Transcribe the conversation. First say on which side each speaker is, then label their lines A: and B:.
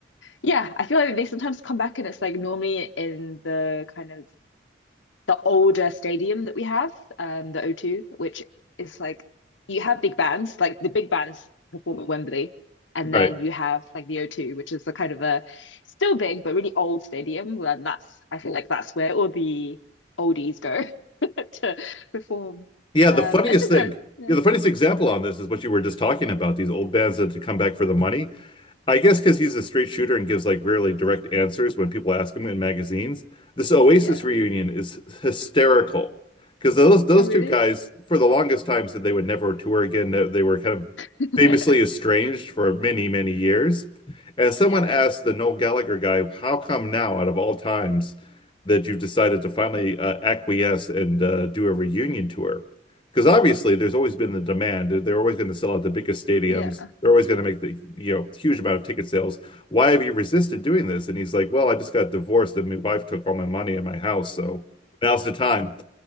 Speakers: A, on the left; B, on the left.
A: yeah I feel like they sometimes come back and it's like normally in the kind of the older stadium that we have, um, the O two, which is like you have big bands, like the big bands perform at Wembley, and
B: Right.
A: then you have like the O two, which is the kind of a still big but really old stadium. well, And that's I feel like that's where all the oldies go <laughs> to perform.
B: Yeah. The
A: Um,
B: funniest
A: it's a
B: thing,
A: good, yeah,
B: yeah, the funniest example on this is what you were just talking about, these old bands that to come back for the money. I guess because he's a straight shooter and gives like really direct answers when people ask him in magazines. This Oasis
A: yeah.
B: reunion is hysterical because those those
A: Oh, really?
B: two guys for the longest time said they would never tour again. They they were kind of
A: <laughs>
B: famously estranged for many, many years. And someone
A: Yeah,
B: asked the Noel Gallagher guy, "How come now, out of all times, that you've decided to finally uh, acquiesce and uh, do a reunion tour?" because obviously there's always been the demand. They're, always going to sell out the biggest stadiums.
A: yeah.
B: They're always going to make the you know huge amount of ticket sales. Why have you resisted doing this? And he's like, well, I just got divorced and my wife took all my money and my house, so now's the time.